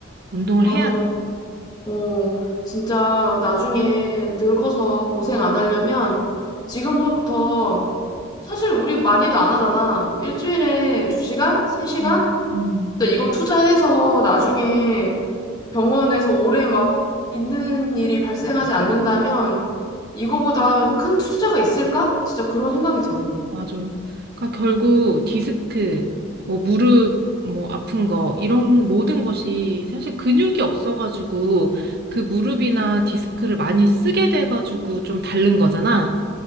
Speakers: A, on the right; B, on the left.
A: 운동을
B: 맞아.
A: 해야 돼.
B: 어, 진짜 나중에 늙어서 고생 안 하려면 지금서부터 사실 우리 많이도 안 하잖아. 일주일에 두시간세시간
A: 음, 음.
B: 이거 투자해서 나중에 병원에서 오래 막 있는 일이 발생하지 않는다면 이거보다 큰 투자가 있을까? 진짜 그런 생각이 들어.
A: 맞아. 그러니까 결국 디스크, 뭐 무릎, 뭐 아픈 거 이런 모든 것이 사실 근육이 없어가지고 그 무릎이나 디스크를 많이 쓰게 돼가지고 좀 다른 거잖아.